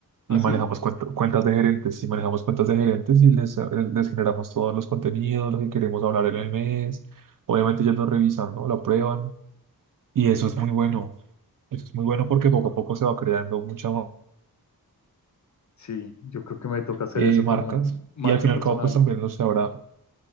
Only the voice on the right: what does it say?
y manejamos
cuent- cuentas de gerentes. Y manejamos cuentas de gerentes y les, eh, les generamos todos los contenidos, lo que queremos hablar en el mes. Obviamente ellos lo revisan, ¿no? Lo aprueban. Y eso es muy bueno. Eso es muy bueno porque poco a poco se va creando muchas ma-
eh,
marcas.
Y al fin
y al cabo, pues también lo se habrá